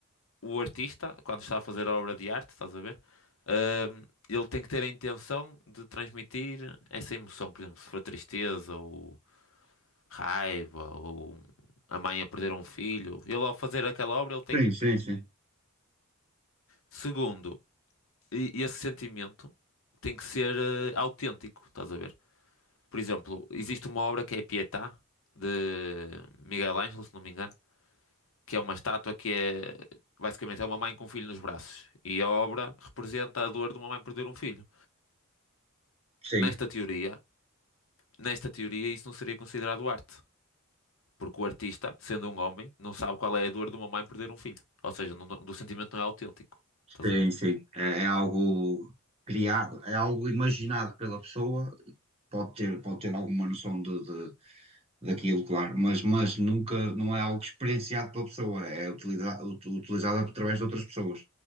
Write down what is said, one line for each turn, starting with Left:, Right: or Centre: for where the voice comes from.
Left: o artista, quando está a fazer a obra de arte, estás a ver? Eh, ele tem que ter a intenção de transmitir essa emoção. Por exemplo, se for tristeza ou raiva ou a mãe a perder um filho. Ele ao fazer aquela obra, ele tem...
Right: Sim, sim, sim.
Left: Segundo, E e esse sentimento tem que ser eh, autêntico, estás a ver? Por exemplo, existe uma obra que é a Pietà, de Miguel Ângelo, se não me engano, que é uma estátua que é basicamente é uma mãe com um filho nos braços. E a obra representa a dor de uma mãe perder um filho.
Right: Sim,
Left: Nesta teoria, nesta teoria, isso não seria considerado arte, porque o artista, sendo um homem, não sabe qual é a dor de uma mãe perder um filho. Ou seja, não, não- do sentimento não é autêntico. Estás
Right: sim,
Left: a ver?
Right: sim. É, é algo criado, é algo imaginado pela pessoa. Pode ter, pode ter alguma noção de, de- daquilo, claro, mas, mas nunca, não é algo experienciado pela pessoa, é utilizado, utilizado através de outras pessoas